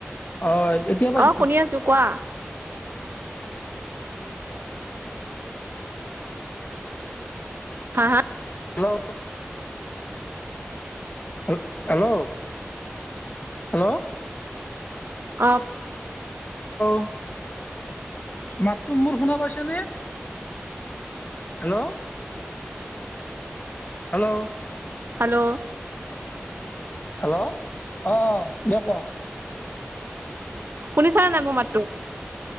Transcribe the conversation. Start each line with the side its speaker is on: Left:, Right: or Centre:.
Left: অ এতিয়া পাইছো
Right: অ শুনি আছো কোৱা? হা? হা?
Left: হেল্ল'। Hello hello. হেল্ল'।
Right: অঁ।
Left: হেল্ল'। মাতটো মোৰ শুনা পাইছেনে? হেল্ল'। হেল্ল'।
Right: হেল্ল'!
Left: হেল্ল' অ দিয়ক কোৱা?
Right: শুনিছে নাই মোৰ মাতটো?